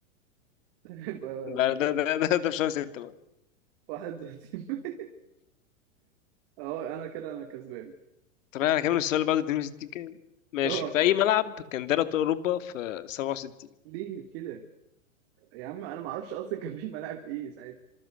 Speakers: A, on the right (about 45°); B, on the left (about 65°).
A: <laughs> يبقى
B: ده ده ده ده, ده في شهر 6 بقى
A: 31 مايو اه <laughs> انا كده انا كسبان
B: طب انا هكمل السؤال اللي بعده 62 كام؟ ماشي
A: اه
B: في اي ملعب كان دوري ابطال اوروبا في 67
A: ليه كده يا عم انا ما اعرفش اصلا كان في ملاعب ايه ساعتها